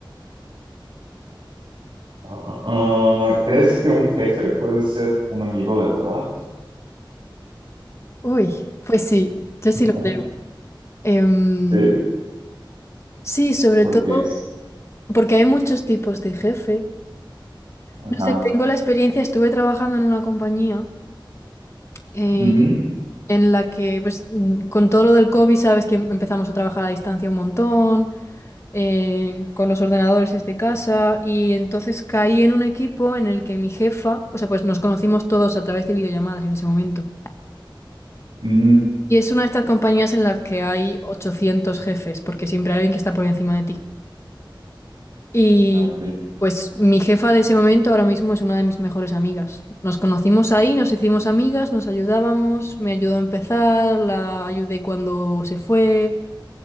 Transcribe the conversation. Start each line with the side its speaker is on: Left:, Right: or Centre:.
Right: ah, ah, ah, ¿crees que un jefe puede ser un amigo de verdad?
Left: uy, pues sí, yo sí
Right: <laughs>
Left: lo creo. Em,
Right: Sí,
Left: sí, sobre
Right: ¿por
Left: todo.
Right: qué?
Left: Porque hay muchos tipos de jefe.
Right: Ajá.
Left: No sé, tengo la experiencia, estuve trabajando en una compañía eh,
Right: Ujú,
Left: en la que, pues, mm, con todo lo del COVID, sabes que empezamos a trabajar a distancia un montón, eh, con los ordenadores desde casa, y entonces caí en un equipo en el que mi jefa, o sea, pues nos conocimos todos a través de videollamadas en ese momento.
Right: ujú.
Left: Y es una de estas compañías en las que hay 800 jefes, porque siempre hay alguien que está por encima de ti. Y
Right: Ah, ok.
Left: pues mi jefa de ese momento ahora mismo es una de mis mejores amigas. Nos conocimos ahí, nos hicimos amigas, nos ayudábamos, me ayudó a empezar, la ayudé cuando se fue